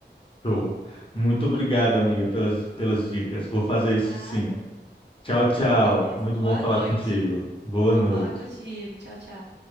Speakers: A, on the left (about 30°); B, on the right (about 65°).
A: Show. Muito obrigado, amiga, pelas, pelas dicas. Vou fazer isso
B: Nada.
A: sim. Tchau, tchau.
B: Beleza.
A: Muito
B: Boa
A: bom falar
B: noite.
A: contigo. Boa
B: Bom
A: noite.
B: falar contigo. Tchau, tchau.